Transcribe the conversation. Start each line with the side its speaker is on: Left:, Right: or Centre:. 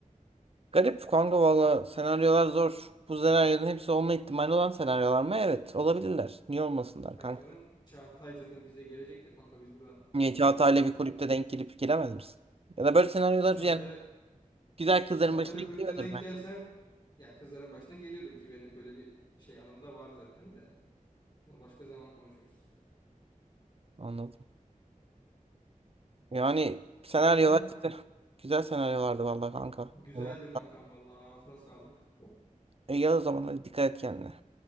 Right: Garip kanka valla senaryolar zor. Bu senaryoların hepsi olma ihtimali olan senaryolar mı? Evet olabilirler. Niye olmasınlar
Left: Tabii
Right: kanka?
Left: canım. Çağatay zaten bize gelecek de kanka biz buradan after'a
Right: Niye Çağatay'la
Left: geçiyoruz. Sen
Right: bir kulüpte
Left: de gel.
Right: denk gelip giremez misin? Ya da böyle senaryolar
Left: Çağatay'la
Right: yani güzel kızların
Left: Çağatay'la
Right: başına geliyordur
Left: kulüpte denk
Right: bence.
Left: gelsem ya kızların başına geliyordur ki benim böyle bir şey anım da var zaten de. Onu başka zaman konuşuruz.
Right: Anladım. Yani senaryolar
Left: Öyle.
Right: işte güzel senaryolardı valla kanka.
Left: Güzeldi
Right: Emin ol.
Left: kankam vallahi ağzına sağlık.
Right: İyi o zaman hadi dikkat et kendine.